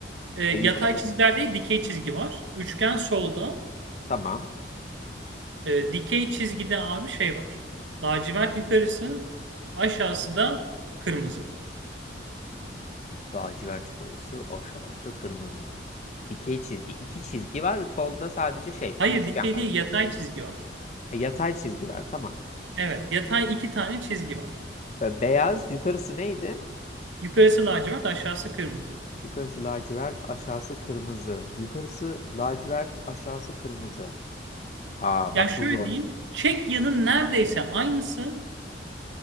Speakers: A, on the right; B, on the left.
A: Ee,
B: Şey
A: yatay
B: yukarı
A: çizgiler değil dikey çizgi var. Üçgen solda.
B: tamam.
A: Ee, dikey çizgide abi şey var. Lacivert yukarısı. Aşağısı da kırmızı.
B: Lacivert yukarısı, aşağısı kırmızı. Dikey çizgi. İki çizgi var. Solda sadece şey
A: Hayır
B: bir üçgen
A: dikey
B: var.
A: değil yatay çizgi var.
B: Ha, yatay çizgi var tamam.
A: Evet yatay iki tane çizgi var.
B: E, beyaz yukarısı neydi?
A: Yukarısı lacivert aşağısı kırmızı.
B: Yukarısı lacivert, aşağısı kırmızı. Yukarısı lacivert, aşağısı kırmızı. Aa
A: Yani
B: bak
A: şöyle
B: bu zor.
A: diyeyim. Çekya'nın neredeyse aynısı